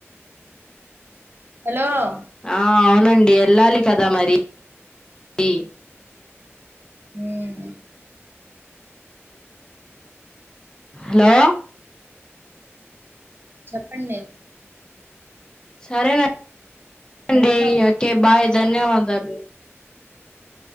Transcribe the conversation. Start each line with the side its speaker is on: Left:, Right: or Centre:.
Right: హలో
Left: ఆ అవునండి వెళ్ళాలి కదా మరి ఈ
Right: మ్
Left: హలో
Right: చెప్పండి
Left: సరే అండి
Right: మీ ఇంట్లో
Left: ఓకే బాయ్ ధన్యవాదాలు